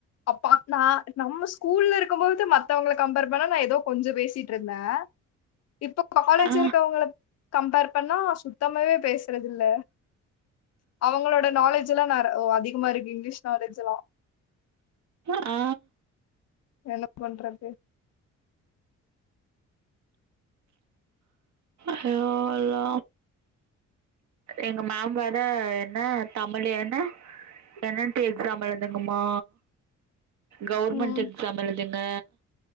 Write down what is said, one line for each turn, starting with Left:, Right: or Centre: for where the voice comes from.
Left: அப்பா நா நம்ம ஸ்கூல்ல இருக்கும்போது மத்தவங்க கம்பேர் பண்ண நா ஏதோ கொஞ்ச பேசிட் ட்ருந்தே இப்போ காலேஜ்
Right: ஆ
Left: இருக்கவங்களுக்கு கம்பேர் பண்ணா சுத்தமாவே பேசுறது இல்ல அவங்களோட நாலேஜெல்லா நெற ஒ அதிகமா இருக்கு இங்க்லீஷ் நாலேஜ் எல்லா
Right: ஆ
Left: என்ன பண்றது
Right: ஹலோ அலோ எங்க மேம் வேற என்ன தமிழ் என்ன டெனன்ட்டு எக்ஸாம் எழுதுங்கம்மா கவுர்மெண்ட்
Left: ம்
Right: எக்ஸாம் எழுதுங்க